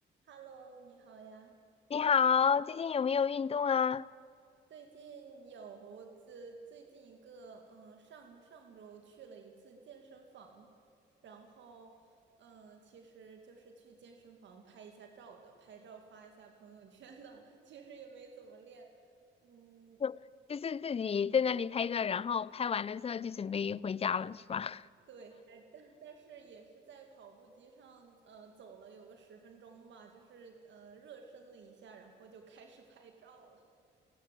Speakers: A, on the right; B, on the left.
A: Hello，你好呀。
B: 你好，最近有没有运动啊？
A: 最近有最最近一个，嗯、上上周去了一次健身房，然后，嗯、其实就是去健身房拍一下照的，拍照发一下朋友圈的，<laughs> 其实也没怎么练，嗯，
B: 就就是自己在那里拍照，然后拍完了之后就准备回家了，是吧？
A: 对，还但但是也是在跑步机上，呃，走了有个十分钟吧，就是呃热身了一下，然后就开始拍照了，